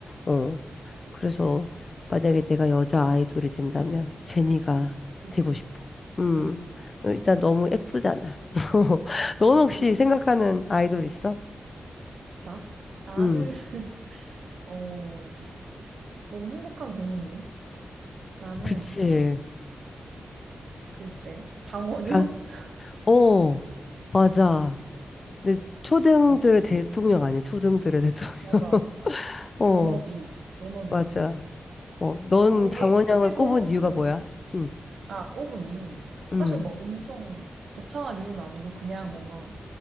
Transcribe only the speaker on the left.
어, 그래서 만약에 내가 여자 아이돌이 된다면 제니가
되고 싶어. 음,
일단
너무 예쁘잖아. <laughs>
넌 혹시
생각하는 아이돌 있어?
음,
그치.
가,
어, 맞아. 근데 초등들의
대통령 아니야, 초등들의 대통령.
<laughs> 어,
맞아. 어, 넌
장원영을
꼽은
이유가 뭐야? 응,
응,